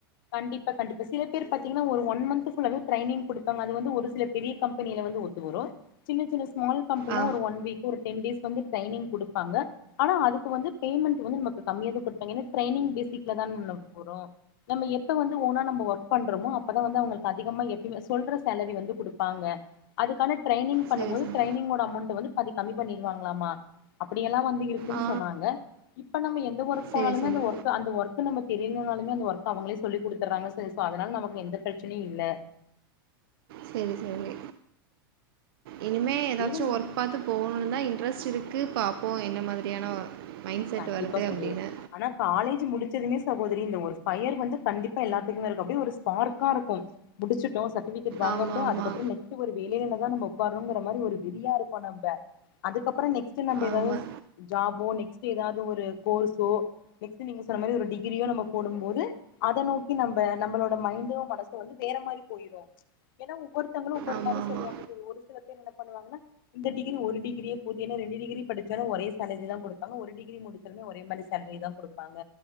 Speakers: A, on the left; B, on the right.
A: கண்டிப்பா கண்டிப்பா சில பேர் பாத்தீங்கன்னா ஒரு ஒன் மன்த் ஃபுல்லாவே ட்ரைனிங் குடுப்பாங்க அது வந்து ஒரு சில பெரிய கம்பெனில வந் து வரு சின்ன சின்ன ஸ்மால் கம்பெனிலா
B: ஆ.
A: ஒரு ஒன் வீக்கு ஒரு டென் டேஸ்க்கு வந்து ட்ரைனிங் குடுப்பாங்க ஆனா அதுக்கு வந்து பேமெண்ட் வந்து நமக்கு கம்மியாதா குடுப்பாங்க ஏன்னா ட்ரைனிங் பேஸிக்ல தான நம்ம போறோ நம்ம எப்ப வந்து ஓனா நம்ப ஒர்க் பண்றோமோ அப்பதா வந்து அவுங்களுக்கு அதிகமா எப்பயுமே சொல்ற சேலரி வந்து குடுப்பாங்க அதுக்கான ட்ரைனிங் பண்ணம்போது
B: சரி, சரி.
A: ட்ரைனிங்கோட அமௌண்ட் வந்து பாதி கம்மி பண்ணிருவாங்களாமா அப்டியெல்லா வந்து இருக் குன்
B: ஆ.
A: சொன்னாங்க இப்ப நம்ம எந்த ஒர்க்
B: சரி,
A: போனாலுமே
B: சரி.
A: அந்த ஒர்க் ஸோ அந்த ஒர்க்கு நம்ம தெரிலனாலுமே அந்த ஒர்க் அவங்களே சொல்லி குடுத்துறாங்க செரி ஸோ அதனால நமக்கு எந்த பிரச்சனையு இல்ல
B: சேரி சேரி இனிமே எதாச்சு
A: சேரிங்க
B: ஒர்க் பாத்து போணுன் தா இன்ட்ரெஸ்ட் இருக்கு பாப்போ என்ன மாதிரியான மைண்ட் செட்
A: கண்டிப்பா
B: வருது
A: சகோதரி
B: அப்படின்னு.
A: ஆனா காலேஜ் முடிச்சதுமே சகோதரி இந்த ஒரு ஃபயர் வந்து கண்டிப்பா எல்லாத்துக்குமே இருக்கு அப்டியே ஒரு ஸ்பார்க்காருக்கு முடிச்சுட்டோ சர்டிஃபிகேட் வாங்கட்டு
B: ஆமாமா.
A: அதுக்கப்றோ நெக் ஸ்ட்டு ஒரு வேலைலதா நம்ப ஒக்காரோங்ற மாரி ஒரு வெறியா இருப்போ நம்ப அதுக்கப்றோ நெக்ஸ் ட்டு நம்ப
B: ஆமா.
A: எதாது ஜாபோ நெக்ஸ்ட்டு எதாவ்து ஒரு கோர்ஸோ நெக்ஸ்ட்டு நீங்க சொன்ன மாரி ஒரு டிகிரியோ நம்ம போடும்போது அத நோக்கி நம்ப நம்பளோட மைன்டு மனசு வந்து வேற மாரி போய்ரு ஏனா ஒவ்வொருத்தவங்களு ஒவ்வொரு
B: ஆமாமா.
A: மாரி சொல்லுவாங்க செரி ஒரு சில பேர் என்ன பண்ணுவாங்கனா இந்த டிகிரி ஒரு டிகிரியே போது என்னா ரெண்டு டிகிரி படிச்சாலு ஒரே சேலரி தா குடுப் பாங்க ஒரு டிகிரி முடிச்சாலுமே ஒரே மாரி சேல்ரி தா குடுப்பாங்க